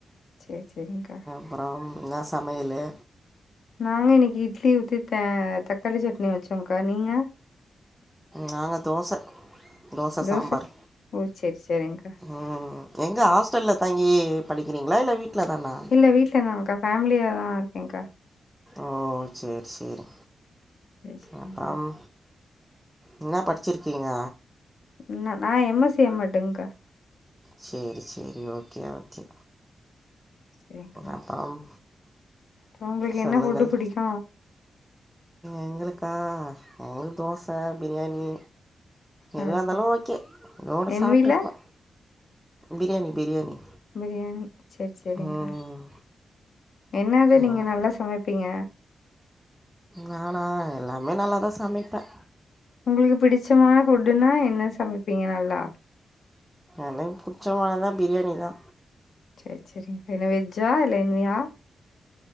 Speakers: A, on the left; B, in the centre.
A: சேரி சேரிங்க்கா
B: அப்பறம் என்னா சமையலு
A: நாங்க இன்னக்கி இட்லி ஊத்தி தே தக்காளி சட்னி வச்சோங்கா நீங்க
B: நாங்க தோச தோச
A: தோசைக்கி
B: சாம்பார்
A: ஓ செரி செரிங்க்கா
B: ம் எங்க ஹாஸ்டல்ல தங்கி படிக்கிறீங்ளா இல்ல வீட்ல தானா
A: இல்ல வீட்டில தாங்க்கா ஃபேமிலியா தா இருக்கேங்க்கா
B: ஓ சேரி சேரி
A: சேரி சேரிங்க்கா
B: அப்பறம் இன்னா படிச்சிருக்கீங்க
A: ன் நா எம் எசி எம் மடு ங்க்கா
B: சேரி சேரி ஓகே ஓகே
A: செரிங்க்கா
B: அப்றம்
A: அப்றோ உங்களுக்கு
B: சொல்லுங்கள்
A: என்ன ஃபுட்டு புடிக்கு
B: எங்களுக்கா எங்களுக்கு தோச பிரியாணி எதுவாந்தாலு
A: ஆ செரி
B: ஓகே எதோன்னு
A: என்
B: சாப்ட்டுப்போ
A: வீல
B: பிரியாணி பிரியாணி
A: பிரியாணி சேரி சேரிங்க்கா
B: ம்,
A: என்னது நீங்க
B: ம்.
A: நல்லா சமைப்பீங்க
B: நானா எல்லாமே நல்லாதா சமைப்ப
A: உங்களுக்கு பிடிச்சமான ஃபுட்டுன்னா என்ன சமைப்பீங்க நல்லா
B: எனக்கு புடிச்ச மாரினா பிரியாணி தா
A: செரி செரிங்க என்ன வெஜ்ஜா லென்வியா